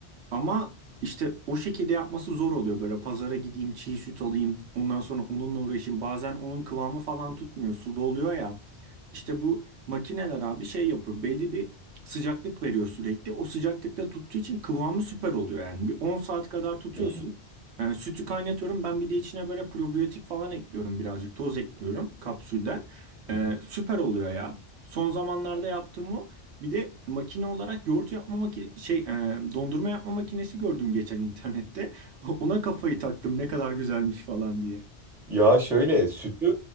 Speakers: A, on the right; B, in the centre.
A: ama işte o şekilde yapması zor oluyor böyle pazara gideyim çiğ süt alayım ondan sonra onunla uğraşayım bazen onun kıvamı falan tutmuyor suda oluyor ya işte bu makineler abi şey yapıyor. Belli bir sıcaklık veriyor sürekli. O sıcaklıkta tuttuğu için kıvamı süper oluyor yani. Bir 10 saat kadar tutuyorsun.
B: Hı,
A: Ee, sütü kaynatıyorum. Ben bir de içine böyle probiyotik falan ekliyorum birazcık. Toz ekliyorum kapsülden.
B: hı.
A: Ee,
B: hı.
A: süper oluyor ya. Son zamanlarda yaptığım o. Bir de makine olarak yoğurt yapma makine şey e, dondurma yapma makinesi gördüm geçen internette. <laughs> Ona kafayı taktım ne kadar güzelmiş falan diye.
B: Ya şöyle sütü